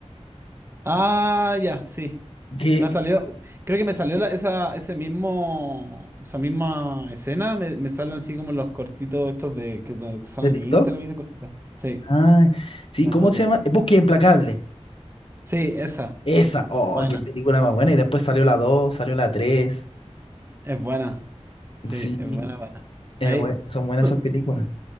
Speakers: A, on the right (about 20°); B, on the left (about 55°).
A: Ah, ya, sí.
B: ¿Qué?
A: Me ha salido, creo que me salió la- esa, ese mismo, esa misma escena, me, me salen así como los cortitos estos de que donde te salen
B: ¿De TikTok?
A: en Instagram y esas cositas. Sí,
B: Ah, sí,
A: me
B: ¿cómo
A: sale.
B: se llama? Búsqueda Implacable.
A: Sí, esa.
B: Esa, oh,
A: Buena.
B: qué película más buena. Y después salió la 2 salió la tres
A: Es buena. Sí,
B: Sí,
A: es buena, buena.
B: es
A: Ahí.
B: bue- son buenas
A: <laughs>
B: esas películas.